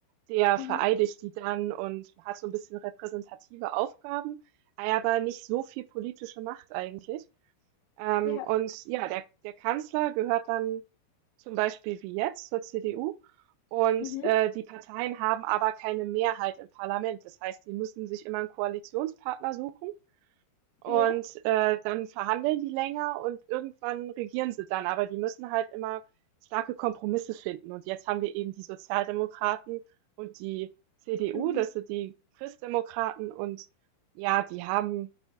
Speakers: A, on the right; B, on the left.
A: der
B: mhm.
A: vereidigt die dann und hat so ein bisschen repräsentative Aufgaben, aber nicht so viel politische Macht eigentlich. Ähm,
B: ja,
A: und ja, der, der Kanzler gehört dann zum Beispiel wie jetzt zur CDU. Und
B: mhm.
A: äh, die Parteien haben aber keine Mehrheit im Parlament. Das heißt, die müssen sich immer einen Koalitionspartner suchen und
B: ja,
A: äh, dann verhandeln die länger und irgendwann regieren sie dann. Aber die müssen halt immer starke Kompromisse finden. Und jetzt haben wir eben die Sozialdemokraten und die CDU,
B: mhm.
A: das sind die Christdemokraten. Und ja, die haben